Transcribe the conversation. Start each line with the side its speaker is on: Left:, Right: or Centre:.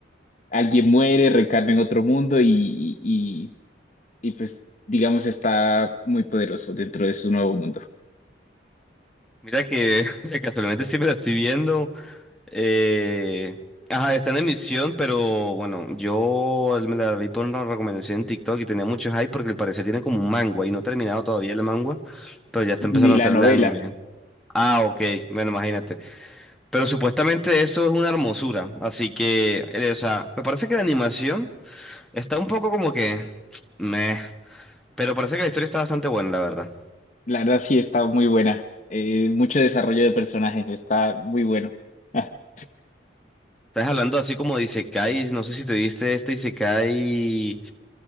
Left: Alguien muere, reencarna en otro mundo y, y, y y, pues digamos está muy poderoso dentro de su nuevo mundo.
Centre: Mira que <laughs> casualmente sí me la estoy viendo. eh, Ajá, está en emisión, pero bueno, yo me la vi por una recomendación en TikTok y tenía mucho hype porque al parecer tiene como un manga y no he terminado todavía el manga, pero ya está empezando
Left: Ni la
Centre: a hacer
Left: novela,
Centre: el anime. Ah, ok, bueno, imagínate. Pero supuestamente eso es una hermosura, así que, eh, o sea, me parece que la animación... Está un poco como que... Meh, pero parece que la historia está bastante buena, la verdad.
Left: la verdad sí está muy buena. Eh, mucho desarrollo de personajes, está muy bueno. <laughs>
Centre: Estás hablando así como de Isekais, no sé si te viste este Isekai